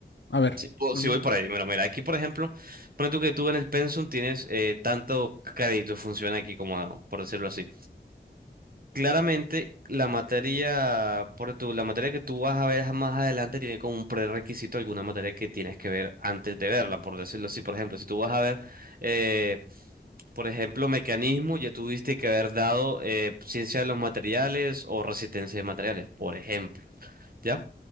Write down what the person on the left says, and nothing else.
A ver.
ujú.
Ujú.